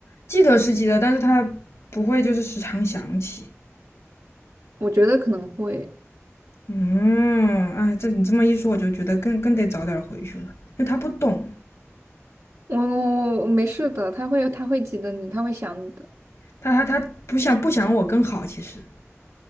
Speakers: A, on the left; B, on the right.
A: 记得是记得，但是他不会就是时常想起。
B: 我觉得可能会，
A: 嗯，哎，这你这么一说，我就觉得更更得早点回去了，因为他不懂，
B: 我我我没事的，他会他会记得你，他会想你的。
A: 他他他不想不想我更好，其实。